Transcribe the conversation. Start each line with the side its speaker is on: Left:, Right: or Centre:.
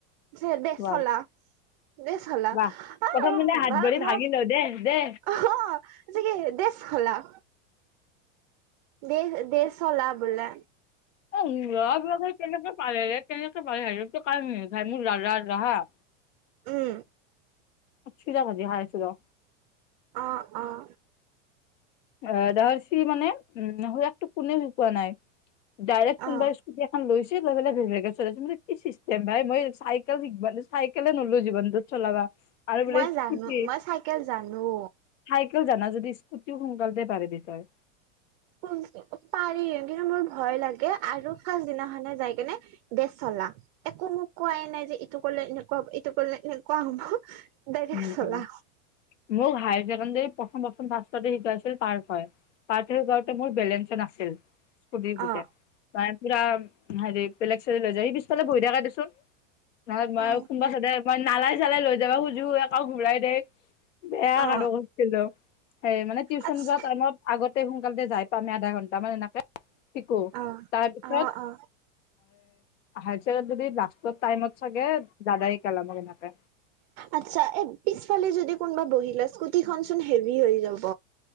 Right: দে-দে
Left: ৱাও
Right: চলাও। দে চলাও।
Left: ৱাহ
Right: <unintelligible>
Left: প্ৰথম দিনা হাত ভৰি ভাগি
Right: ম।
Left: লও দে দে
Right: অঁ', দে কৈছে কি দে চলাও। দে-দে চলাবলে।
Left: ল'ৰাবিলাকে কেনেকে পাৰে ৰে কেনেকে পাৰে কেনেকে মোৰ খাই মোৰ দাদা ৰাহা <unintelligible>
Right: উমঁ।
Left: চিৰা ভাজি খাই আছো ৰ'।
Right: অঁহ', -অঁহ',।
Left: অ' দাহৰ চি মানে উম' সেয়াকটো কোনেৱে শিকি পোৱা নাই। ডাইৰেক
Right: অ
Left: কোনোবাৰ ইস্কুতি এখন লৈছে। <unintelligible> চলাইছে ম' কি চিষ্টেম ভাই মই চাইকেল শিক চাইকেলে নল'লো জীৱনটোত চলাবা। আৰু বোলে
Right: মই
Left: স্কুটি
Right: জানো, মই চাইকেল জানো।
Left: চাইকেল জানা যদি স্কুটিও সোনকালে পাৰেবি তই।
Right: পাৰি কিন্তু মোৰ ভয় লাগে আৰু পাছদিনাখনে যাই কিনে- দে চলাও, একো মোক কোৱাই নাই যে ইটো কৰিলে এনেকুৱা হ'ব, ইটো কৰিলে এনেকুৱা হ'ব। ডাইৰেক্ট
Left: উম-উম।
Right: চলা
Left: মোৰ ভাই যে প্ৰথম-প্ৰথম ফাৰ্ষ্ট শিকাইছিল পাৰ্থ হয়। <unintelligible> গাওঁতে মোৰ বেলেঞ্চ নাছিল। ফু-ফুটে।
Right: অ
Left: ত' পুৰা হেৰি বেলেগ চলাই লৈ যায় সি পিছফালে বহি থাকা দে চোন। নহয়, মই
Right: অ
Left: কোনোবা কয় চবেই মই নালাই-চালাই লৈ যাবা- আকৌ ঘূৰাই দে বেয়া
Right: অ
Left: কামোৰ কৰিছিলো। সেই মানে টিউচন
Right: আচ্ছা
Left: যোৱা টাইমত আগতে সোনকালতে যাই পাম আমি আধা ঘন্টামান এনেকে শিকো।
Right: অ
Left: তাৰপিছত-
Right: অ অ
Left: এই যদি লাষ্টত টাইমত চাগে দাদা আহি সিকাম এনেকে।
Right: আচ্ছা। এই পিছফালে যদি কোনোবাই বহি লয় ইস্কুটিখন চোন হেভি হৈ যাব।